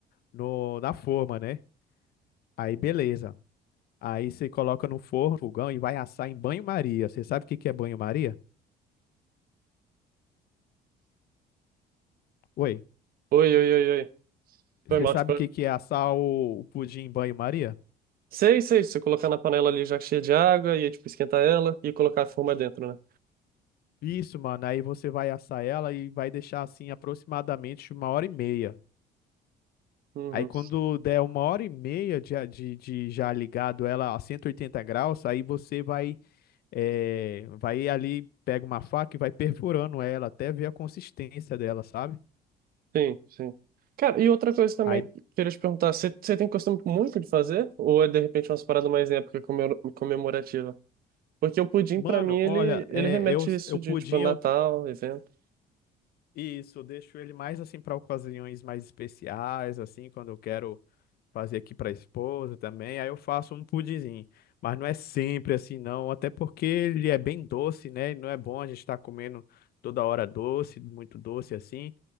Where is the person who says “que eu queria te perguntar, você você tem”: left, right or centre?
Right